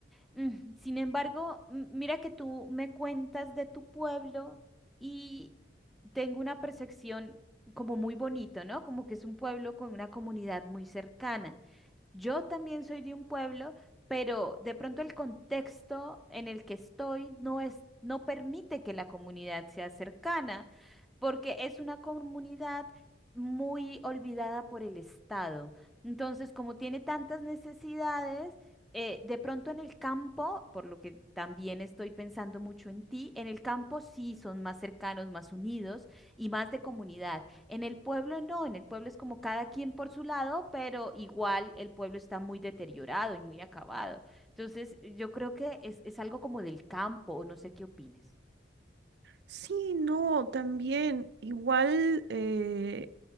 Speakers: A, in the centre; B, on the right.
A: Mm, Sin embargo, m- mira que tú me cuentas de tu pueblo y tengo una percepción como muy bonito, ¿no? Como que es un pueblo con una comunidad muy cercana. Yo también soy de un pueblo, pero de pronto el contexto en el que estoy no es, no permite que la comunidad sea cercana, porque es una comunidad muy olvidada por el Estado. Entonces, como tiene tantas necesidades, eh, de pronto en el campo, por lo que también estoy pensando mucho en ti, en el campo sí son más cercanos, más unidos y más de comunidad. En el pueblo no, en el pueblo es como cada quien por su lado, pero igual el pueblo está muy deteriorado y muy acabado. Entonces, yo creo que es, es algo como del campo, o no sé qué opines.
B: Sí, no, también, igual, eh,